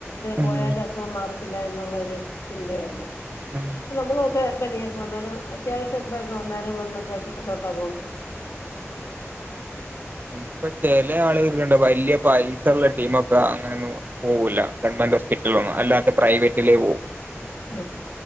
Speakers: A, on the right; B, on the left.
A: ഉം
B: പോയാലും അസുഗം മാറാതില്ല ന്നാ ചിന്ത ആയിരുന്ന്
A: ഉം
B: നമ്മള നൊക്കെ പനിയൊക്കെ വന്നല് അത്യാവശ്യം എന്താക്കും വന്നാലും ഗവൺമെന്റ് ആശ്യത്തിരിലോ ട്ടാ പോകന്നത്
A: ഇപ്പൊ ചെില ആളുകൾക്കണ്ട് വല്യ പൈസ ഉള്ള ടീമക്കെ അങ്ങനൊന്നും പോവില്ല ഗവൺമെന്റ് ഹോസ്പിറ്റലൊന്നും അല്ലാത്തെ പ്രൈവറ്റില പോകൂ
B: ആ